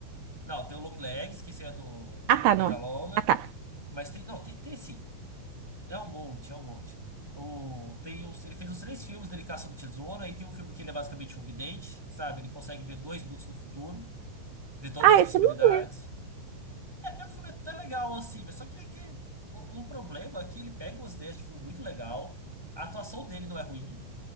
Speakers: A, in the centre; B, on the right.
A: Não, tem o Long Legs, que esse é do
B: Ah, tá,
A: perna
B: não é?
A: Longa,
B: Ah, tá.
A: Mas tem. Não, tem, tem sim. É um monte, é um monte. O, tem os, ele fez os três filmes dele caçando tesouro. Aí tem um filme que ele é basicamente um vidente, sabe? Ele consegue ver dois minutos no futuro, ver todas
B: Ah,
A: as possibilidades.
B: esse eu não lembro.
A: É, é um filme até legal, assim, mas só que, é que o, o problema é que ele pega umas ideias de filme muito legal. A atuação dele não é ruim,